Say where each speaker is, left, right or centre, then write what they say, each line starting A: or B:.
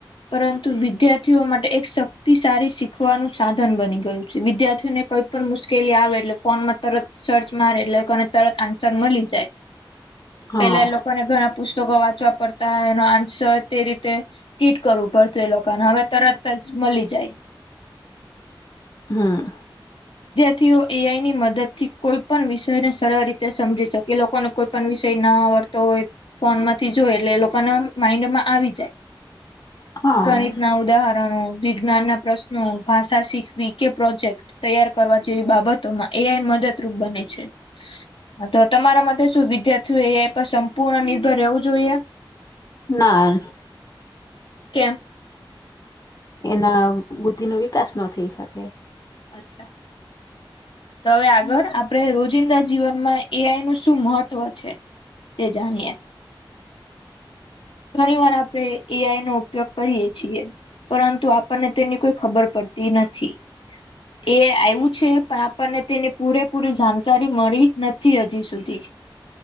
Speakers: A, on the left (about 85°); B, on the left (about 45°).
A: પરંતુ વિદ્યાર્થીઓ, માટે એક શક્તિશાળી શીખવાનું સાધન બની ગયું વિદ્યાર્થીઓને કોઈ, પણ મુશ્કેલી આવે એટલે ફોનમાં, તરત સર્ચ મારે એટલેને તરત આન્સર મલી જાય
B: હા
A: પેલા એ લોકોને, ઘણા પુસ્તકો વાંચવા પડતા એનો આન્સર તે રીતે કીટ કરવું પડતું, એ લોકોને હવે, તરત જ મળી જાય.
B: હા
A: થીઓ એઆઈની મદદથી, કોઈ પણ વિષયને સરળ રીતે સમજી શકે. કે લોકોને કોઈ પણ વિષયના આવડતો હોય, ફોન માંથી જોય, એટલે એ લોકોના માઈન્ડમાં આવી જાય
B: હા
A: ગણિતના ઉદાહરણો, વિજ્ઞાન ના પ્રશ્નો ભાષા શીખવી કે પ્રોજેક્ટ તૈયાર કરવા જેવી, બાબતોમાં એઆઈ મદદરૂપ બને છે, મદદ તમારા માટે શું વિદ્યાર્થીઓ, એ સંપૂર્ણ નિર્ભર રહેવું જોઈએ.
B: ના
A: કેંમ
B: એના બુદ્ધિનો વિકાસ ન થઈ, શકે
A: અચ્છા હવે, આગળ આપડે રોજિંદા જીવનમાં, એ આઈ નું શું મહત્વ છે. તેજાણી એ ઘણી વાર આપડે એઆઈનો ઉપયોગ કરીયએ, છીએ. પરંતુ આપણને તેની કોઈ ખબર, પડતી નથી. એ આવ્યું છે, પણ આપણને તેની પૂરેપૂરી જાણકારી મળી નથી, હજી સુધી